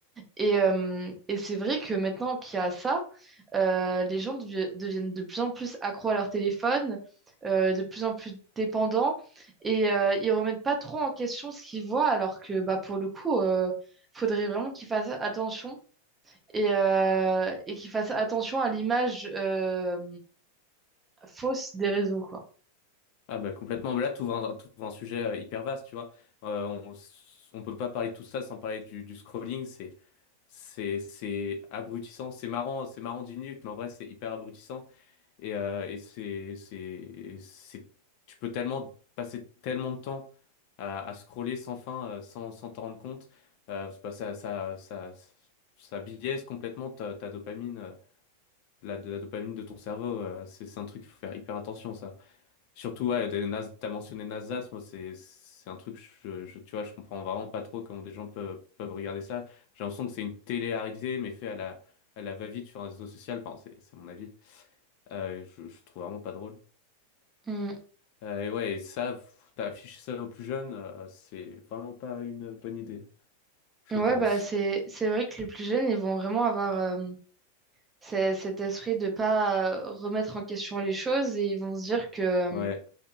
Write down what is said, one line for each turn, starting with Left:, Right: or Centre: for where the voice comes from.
Right: Et, euh, et c'est vrai que maintenant qu'il y a ça, euh, les gens devi- deviennent de plus en plus accros à leur téléphone, euh, de plus en plus dépendants, et euh, ils remettent pas trop en question ce qu'ils voient, alors que bah, pour le coup, euh, faudrait vraiment qu'ils fassent attention et, euh, et qu'ils fassent attention à l'image euh, fausse des réseaux, quoi.
Left: Ah bah complètement, mais là, tu un, t'ouvres un sujet euh, hyper vaste, tu vois. Euh, on, s- on peut pas parler de tout ça sans parler du, du scrolling, c'est, c'est, c'est abrutissant, c'est marrant, c'est marrant 10 minutes, mais en vrai, c'est hyper abrutissant. Et, euh, et c'est, c'est, c'est, tu peux tellement passer tellement de temps à, à scroller sans fin, euh, sans, sans t'en rendre compte. Euh, c'est pas- ça, ça, ça, ça biaise complètement ta, ta dopamine, euh, la, la dopamine de ton cerveau. euh, c'est c'est un truc, faut faire hyper attention, ça. Surtout, ouais, des Nas- t'as mentionné Nasdaq, moi, c'est, c'est un truc, je, je, tu vois, je comprends vraiment pas trop comment des gens peuvent, peuvent regarder ça. J'ai l'impression que c'est une télé-réalité, mais fait à la, à la va-vite sur un réseau social. Enfin, c'est c'est mon avis. Euh, je, je trouve vraiment pas drôle.
Right: Mm.
Left: Euh, et ouais, et ça, pff, d'afficher ça aux plus jeunes, euh, c'est vraiment pas une bonne idée, je
Right: Ouais,
Left: pense.
Right: bah c'est c'est vrai que les plus jeunes, ils vont vraiment avoir c'est cet esprit de pas euh, remettre en question les choses et ils vont se dire que, euh,
Left: Ouais,